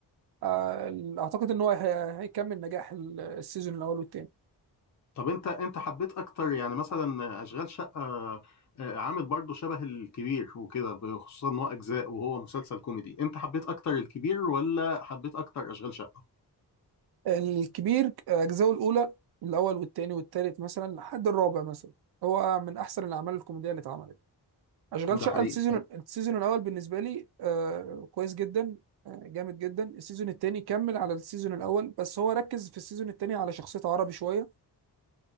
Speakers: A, on the right; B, on the left.
A: آه، ال- اعتقد ان هو هي- هيكمل نجاح ال- السيزون الاول والتاني
B: طب انت انت حبيت اكتر يعني مثلا اشغال شقه آه، عامل برضه شبه الكبير وكده خصوصا ان هو اجزاء وهو مسلسل كوميدي انت حبيت اكتر الكبير ولا حبيت اكتر اشغال شقه
A: الكبير اجزاءه الاولى الاول والتاني والتالت مثلا لحد الرابع مثلا هو من احسن الاعمال الكوميدية اللي اتعملت اشغال
B: ده
A: شقه
B: حقيقي
A: السيزون
B: فعلا.
A: السيزون الاول بالنسبه لي آه كويس جدا آه جامد جدا السيزون التاني كمل على السيزون الاول بس هو ركز في السيزون التاني على شخصيه عربي شويه